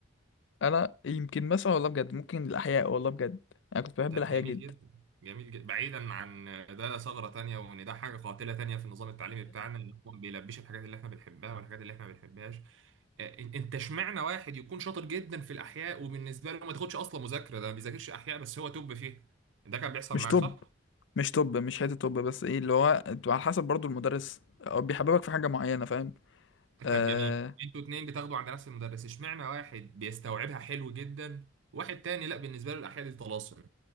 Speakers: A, on the left; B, on the right.
A: انا يمكن مثلا والله بجد ممكن الاحياء والله بجد انا كنت بحب
B: طب
A: الاحياء
B: جميل
A: جدا
B: جدا جميل جدا بعيدا عن ده ثغرة تانية وان ده حاجة قاتلة تانية في النظام التعليمي بتاعنا ان هو ما بيلبيش الحاجات اللي احنا بنحبها والحاجات اللي احنا ما بنحبهاش آه، إن- انت اشمعنى واحد يكون شاطر جدا في الاحياء وبالنسبة له ما تاخدش اصلا مذاكرة ده ما بيذاكرش احياء بس هو توب فيه ده كان بيحصل
A: مش
B: معاك
A: طب
B: صح؟
A: مش طب مش حته طب بس ايه اللي هو انتوا على حسب برضو المدرس هو بيحببك في حاجه معينه فاهم
B: طب
A: آه...
B: جميل انتوا اتنين بتاخدوا عند نفس المدرس اشمعنى واحد بيستوعبها حلو جدا واحد تاني لا بالنسبة له الاحياء دي طلاسم